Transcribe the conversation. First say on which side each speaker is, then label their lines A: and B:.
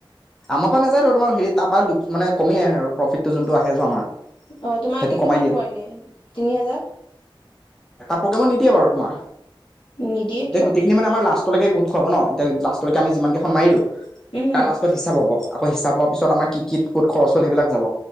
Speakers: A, in the centre; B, on the left (about 65°).
A: আমাৰ পৰা নাযায় আৰু তোমাৰ হ তাৰ পৰা মানে কম আহে আৰু প্ৰফিটটো যোনটো আহে য আমাৰ
B: আহ তোমাকে
A: সেইটো কমাই
B: কিমান
A: দিয়ে
B: পোৱ ন তিনি হাজাৰ
A: প্ৰেগেমত নিদিয়ে বাৰু তোমাৰ
B: নিদিয়ে কিয়
A: যে গোটেইখিনি মানে আমাৰ লাষ্ট লষ্টলৈকে গো খুৱাব নতিয়া লষ্টলৈ আি যিমানেইখন মাৰিলোঁ
B: উম
A: তালা হিচ হ আকৌিচা হ পিছত আম কি কত খৰচ হল সেইবাক যাব